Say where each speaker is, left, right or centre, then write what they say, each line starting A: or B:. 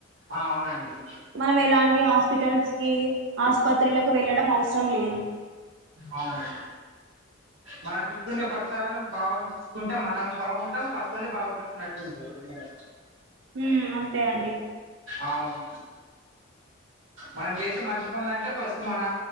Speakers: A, on the right; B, on the right.
A: ఆ అవునండి
B: మనం ఎలాంటి హాస్పిటల్స్ కి ఆస్పత్రిలకు వెళ్ళడం అవసరం లేదు
A: అవును మన చుట్టు ఉండే పరిసారనం బావుంచ్ కుంటే మనం బావుంటాం పక్కోల్ని బాగుపడిచినట్టు ఉంటాంది కదా మన
B: ఉమ్ అంతే అండి
A: అవును మనం చేసే మంచి పనులు అంటే ఫస్ట్ మన